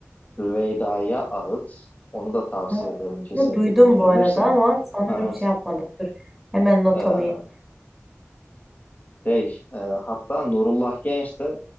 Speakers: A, on the left; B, in the centre.
A: Rüveyda'ya ait Onu da tavsiye
B: Ha,
A: ederim. Kesinlikle
B: Bunu duydum
A: dinleyebilirsin.
B: bu arada ama sanırım
A: Evet.
B: şey yapmadım. Dur hemen not
A: Ee,
B: alayım.
A: şey, e, hatta Nurullah Genç de